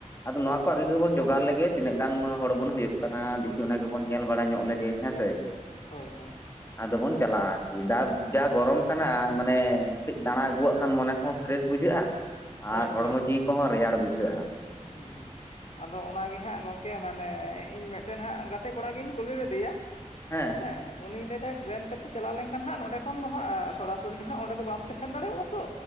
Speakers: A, on the left; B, on the left.
A: ᱟᱫᱚ,
B: ᱦᱳᱭ
A: ᱱᱚᱣᱟ ᱠᱚ,
B: ᱦᱳᱭ
A: ᱟᱜᱮ ᱜᱮᱵᱚᱱ ᱡᱚᱜᱟᱲ ᱞᱮᱜᱮ, ᱛᱤᱱᱟᱹᱜ ᱜᱟᱱ ᱦᱚ, ᱦᱚᱲ ᱵᱚᱱ, ᱦᱳᱭᱳᱜ ᱠᱟᱱᱟ, ᱫᱮᱠᱷᱤ, ᱚᱱᱟ ᱜᱮᱵᱚᱱ, ᱧᱮᱞ ᱵᱟᱲᱟ ᱧᱚᱜ ᱞᱮᱜᱮ, ᱦᱮᱸᱥᱮ ᱾
B: ᱦᱳᱭ ᱦᱳᱭ ᱾
A: ᱟᱫᱚ ᱵᱚᱱ, ᱪᱟᱞᱟᱜᱼᱟ ᱟᱨᱠᱤ, ᱰᱟᱨ ᱡᱟ, ᱜᱚᱨᱚᱢ ᱠᱟᱱᱟ ᱾ ᱢᱟᱱᱮ, ᱠᱟᱹᱡ ᱫᱟᱬᱟ ᱟᱹᱜᱩᱣᱟᱜ ᱠᱷᱟᱱ, ᱢᱚᱱᱮ ᱠᱚᱦᱚᱸ, ᱯᱷᱨᱮᱥ ᱵᱩᱡᱷᱟᱹᱜᱼᱟ,
B: ᱦᱳᱭ
A: ᱟᱨ ᱦᱚᱲᱢᱚ
B: ᱦᱳᱭ
A: ᱡᱤᱣᱤ ᱠᱚᱦᱚᱸ, ᱨᱮᱭᱟᱲ ᱵᱩᱡᱷᱟᱹᱼᱟ ᱾
B: ᱦᱩᱸ ᱦᱩᱸ ᱟᱫᱚ, ᱚᱱᱟᱜᱮ ᱦᱟᱸᱜ, ᱜᱚᱝᱠᱮ, ᱢᱟᱱᱮ, ᱤᱧ ᱢᱮᱫᱴᱮᱱ ᱦᱟᱸᱜ, ᱜᱟᱛᱮ ᱠᱚᱲᱟ ᱜᱮᱧ, ᱠᱩᱞᱤ ᱞᱮᱫᱮᱭᱟ ᱾
A: ᱦᱮᱸᱻ ᱾
B: ᱦᱮᱸ, ᱩᱱᱤ ᱞᱟᱹᱭ ᱮᱫᱟᱭ, ᱴᱨᱮᱱ ᱛᱮᱯᱮ, ᱪᱟᱞᱟᱣ ᱞᱮᱱᱠᱷᱟᱱ ᱦᱟᱸᱜ, ᱱᱚᱸᱰᱮ ᱠᱷᱚᱱ ᱫᱚ ᱦᱟᱸᱜ, ᱥᱚᱨᱟ ᱥᱚᱨᱤ ᱫᱚ ᱦᱟᱸᱜ, ᱚᱸᱰᱮ ᱫᱚ, ᱵᱟᱯᱮ ᱥᱮᱱ ᱫᱟᱲᱮᱭᱟᱜᱼᱟ, ᱛᱚ